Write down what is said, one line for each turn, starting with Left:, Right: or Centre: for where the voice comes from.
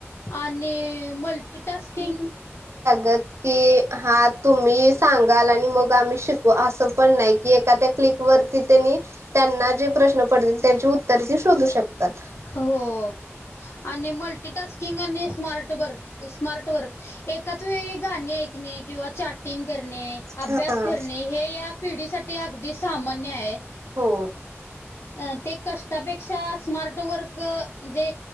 Left: आणि मल्टी टास्किंग
Right: क हा तुम्ही सांगाल आणि मग आम श अस पण नाही की एखाद्या क्लिक वरती त्यांनी त्यांना जे प्रश्न पडतील त्यांची उत्तर त शोधू शकतात.
Left: हो आणि मल्टी टास्किंग स्मार्ट बर स्मार्ट वर्क एकाच वेळी गाणी ऐकणे किंवा चाट चॅटिंग करणे अभ्यास
Right: हा
Left: करणे हे या पिढीसाठी अगदी सामान्य आहे.
Right: हो.
Left: अ ते कष्टापेक्षा स्मार्ट वर्क म्हणजे